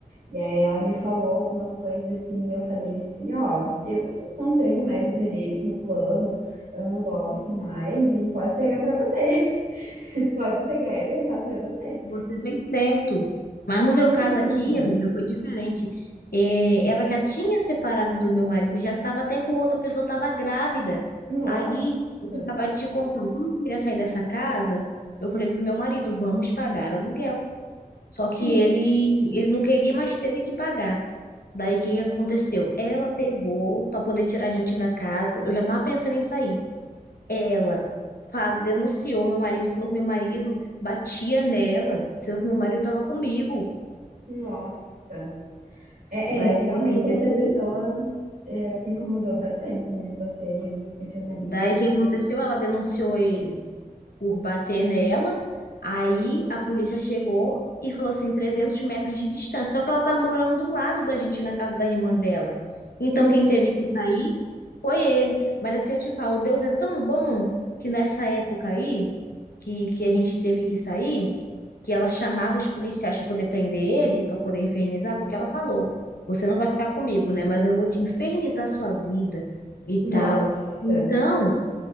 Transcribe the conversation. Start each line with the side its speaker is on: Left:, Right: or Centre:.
Right: E aí ela me falou algumas coisas assim, e eu falei assim, ó, eu não tenho mais interesse no plano, eu não gosto mais, e pode pegar pra você. <laughs> Pode pegar e levar pra você.
Left: Você fez certo. Mas no meu caso
Right: Sim,
Left: aqui, amiga, foi diferente. É, ela já tinha separado do meu marido, já estava até com outra pessoa, estava grávida.
Right: nossa,
Left: Aí, eu acabava de te contar, quando eu queria sair dessa casa, eu falei pro meu marido, vamos pagar aluguel. Só que
Right: sim,
Left: ele, ele não queria, mas teve que pagar. Daí, o que que aconteceu? Ela pegou para poder tirar a gente da casa. Eu já estava pensando em sair. Ela fala, denunciou meu marido, falou que meu marido batia nela, sendo que meu marido estava comigo.
Right: nossa. É,
Left: Daí
Right: é, realmente
Left: o que que aconteceu?
Right: essa pessoa é, te incomodou bastante, né? Você e o, e o teu marido.
Left: Daí o que aconteceu? Ela denunciou ele por bater nela. Aí a polícia chegou e falou assim, 300 metros de distância. Só que ela estava morando do lado da gente, na casa da irmã dela.
Right: Sim,
Left: Então quem teve que sair foi ele. Mas assim eu te falo, Deus é tão bom que nessa época aí, que, que a gente teve que sair, que ela chamava os policiais para poder prender ele, para poder infernizar, porque ela falou: você não vai ficar comigo, né? Mas eu vou te infernizar sua vida e
Right: nossa.
Left: tal. Então,